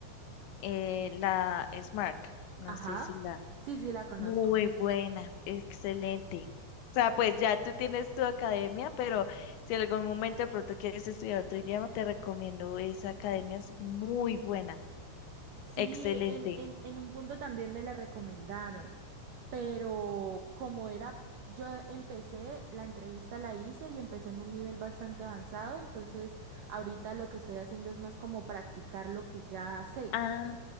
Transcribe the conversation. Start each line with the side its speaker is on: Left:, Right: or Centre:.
Left: eh, la Smart. No
Right: Ajá.
Left: sé si la...
Right: Sí, sí, la conozco.
Left: Muy buena, excelente. O sea, pues ya tú tienes tu academia, pero si en algún momento de pronto quieres estudiar otro idioma, te recomiendo esa academia, es muy buena,
Right: Sí,
Left: excelente.
Right: en, en, en un punto también me la recomendaron, pero como era, yo empecé, la entrevista la hice y empecé en un nivel bastante avanzado, entonces ahorita lo que estoy haciendo es más como practicar lo que ya sé.
Left: Ah,